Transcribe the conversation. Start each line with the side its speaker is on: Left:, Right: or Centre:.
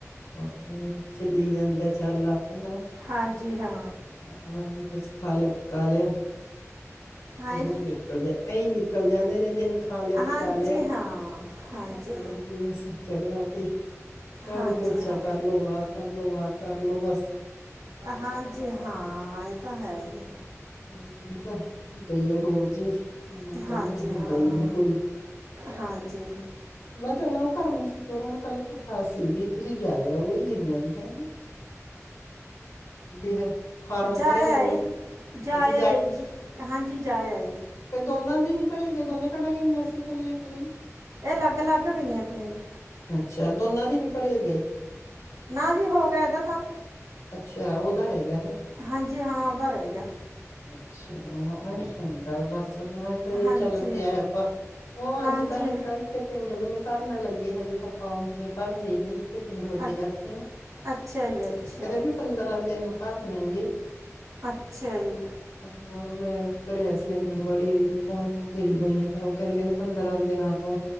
Left: ਹਾਂ ਏ ਈ, ਚਲੀ ਜਾਂਦਾ ਚੱਲ ਆ ਹੈਨਾ
Right: ਹਾਂਜੀ ਹਾਂ।
Left: ਹਾਂ ਏ ਈ ਬਸ ਖਾ ਲਯਾ ਪਕਾ ਲਯਾ।
Right: ਹੈ
Left: ਏ
Right: ਜੀ
Left: ਈ ਨਿਕਲ ਜਾ ਏ ਈ ਨਿਕਲ ਜਾਂਦੇ ਨੇ ਦਿਨ ਖਾ ਲਯਾ
Right: ਹਾਂਜੀ
Left: ਪਕਾ ਲਯਾ,
Right: ਹਾਂ ਹਾਂਜੀ
Left: ਏ ਈ ਬਸ ਚੜਿਆ ਤੇ ਝਾੜੂ
Right: ਹਾਂਜੀ
Left: ਪੋਚਾ
Right: ਹਾਂ
Left: ਕਰ ਲੋ ਆ ਕਰਲੋ ਆ ਕਰਲੋ ਬਸ
Right: ਹਾਂਜੀ ਹਾਂ ਏਹ ਤਾਂ ਹੈ ਈ ਐ।
Left: ਮੀਤ ਦੇਈਏ ਰੋਜ਼ ਨਵਾਂ ਕੰਮ
Right: ਹਾਂਜੀ
Left: ਤਾਂ ਹੁੰਦਾ
Right: ਹਾਂ
Left: ਈ ਨੀ ਕੋਈ
Right: ਹਾਂਜੀ।
Left: ਮੈਂ ਤਾਂ ਏਨਾਂ ਨੂੰ ਕਰਮਜੀਤ ਹੋਰਾਂ ਨੂੰ ਕੱਲ ਕੇਹਾ ਸੀ ਵੀ ਤੁਸੀਂ ਜਾ ਆਓ ਏਹ ਗਈਆਂ ਨੀ ਹੈ ਦੀ ਬੇ ਹੈ ਫਾਰਮ
Right: ਜਾ
Left: ਭਰਿਆ
Right: ਆਏ,
Left: ਏ ਉਹ
Right: ਜਾ
Left: ਅੱਛਾ
Right: ਆਏ ਜੀ, ਹਾਂਜੀ ਜਾ ਆਏ।
Left: ਤੇ ਦੋਨਾਂ ਦੇ ਨੀ ਪਰੇ ਗਏ ਦੋਨੇ ਪੈਣਾਂ ਗਈਆਂ ਸੀ ਇਕੱਲੀਆਂ-ਇਕਲੀਆਂ?
Right: ਏ ਲੱਗ-ਲੱਗ ਗਈਆਂ ਸੀ ਜੀ।
Left: ਅੱਛਾ ਦੋਨਾਂ ਦੀ ਨੀ ਪਰੇ ਗਏ।
Right: ਨਾ ਜੀ ਹੋ ਗਿਆ ਇਹਦਾ ਤਾਂ
Left: ਅੱਛਾ ਓਦਾ ਰੈਅ ਗਯਾ ਹੈ।
Right: ਹਾਂਜੀ ਹਾਂ ਓ ਰੈਅ ਗਯਾ।
Left: ਅੱਛਾ, ਇੰਜ ਹੁੰਦਾ ਏ ਬਸ। ਇਹ ਤਾਂ ਜ
Right: ਹਾਂਜੀ
Left: ਚੱਲ ਪਿਆ ਆਪਾਂ ਉ ਅੱਜ
Right: ਹਾਂਜੀ
Left: ਤਕ ਅਜੇ ਤਕ। ਪਿੰਡ ਵੀ ਨੀ ਭਰਨ ਲੱਗੇ ਹਜੇ ਤਾਂ ਫਾਰਮ ਮੈ ਭਰ ਰੀ ਨੀ। ਵੇ ਪਿੰਡ ਵੱਡੇ
Right: ਅ
Left: ਕਰਕੇ ਨਾ,
Right: ਅੱਛਾ ਜੀ ਅੱਛਾ
Left: ਕਹਿੰਦੇ ਵੀ ਪੰਦਰਾਂ ਦਿਨ ਭਰਨ ਗੇ।
Right: ਅੱਛਾ ਜੀ।
Left: ਹਾਂ, ਮੈਂ ਕਰਿਆ ਸੀ ਆਂਗਨਵਾੜੀ ਵਾਲੀ ਨੂੰ। ਫੋਮ ਮੰਗਈ ਹੋਈ ਆ ਮੈਂ ਉਹ ਕਹਿੰਦੀ-ਕਹਿੰਦੀ ਪੰਦਰਾਂ ਦਿਨਾਂ ਤੋਂ